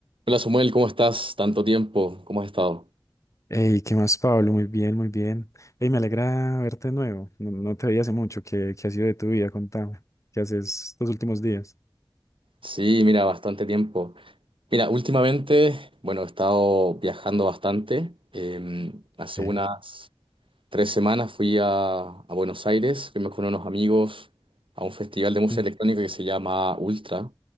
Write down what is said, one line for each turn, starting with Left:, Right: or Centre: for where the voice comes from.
Right: Hola Samuel, ¿cómo estás? Tanto tiempo, ¿cómo has estado?
Left: Hey, ¿qué más, Pablo? Muy bien, muy bien. Hey, me alegra verte de nuevo. No, no te veía hace mucho. ¿Qué, qué ha sido de tu vida? Contame. ¿Qué haces estos últimos días?
Right: Sí, mira, bastante tiempo. Mira, últimamente, bueno, he estado viajando bastante. Eh, hace
Left: Okay.
Right: unas tres semanas fui a, a Buenos Aires, fuimos con unos amigos a un festival de música
Left: Sí.
Right: electrónica que se llama Ultra.